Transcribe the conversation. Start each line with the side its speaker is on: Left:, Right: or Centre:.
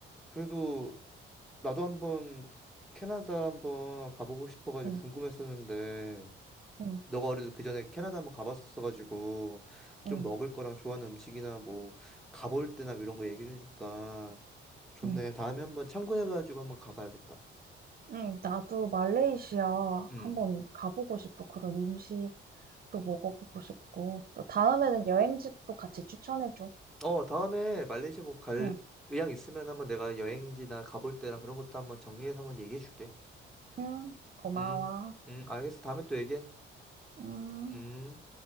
Centre: 그래도 나도 한번 캐나다 한번 가보고 싶어가지고
Right: 응,
Centre: 궁금했었는데
Right: 응,
Centre: 너가 어려도 그 전에 캐나다 한번 가봤었어가지고 좀
Right: 응,
Centre: 먹을 거랑 좋아하는 음식이나 뭐 가볼 때나 뭐 이런 거 얘기해 주니까 좋네
Right: 응.
Centre: 다음에 한번 참고해가지고 한번 가봐야겠다
Right: 응, 나도 말레이시아
Centre: 음
Right: 한번 가보고 싶어. 그런 음식도 먹어보고 싶고. 또 다음에는 여행지도 같이 추천해줘.
Centre: 어, 다음에 말레이시아 뭐 갈
Right: 응,
Centre: 의향 있으면 한번 내가 여행지나 가볼 때랑 그런 것도 한번 정리해서 한번 얘기해 줄게.
Right: 응, 고마워.
Centre: 음, 음, 알겠어. 다음에 또 얘기해.
Right: 음.
Centre: 음.